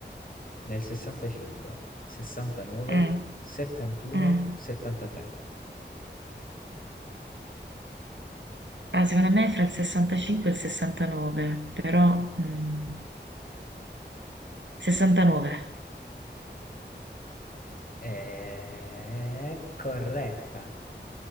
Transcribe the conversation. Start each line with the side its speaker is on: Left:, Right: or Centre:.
Left: nel 65, 69,
Right: Eh,
Left: 71,
Right: eh.
Left: 73.
Right: Ah, secondo me è fra il 65 e il 69, però... mm, 69.
Left: È corretta.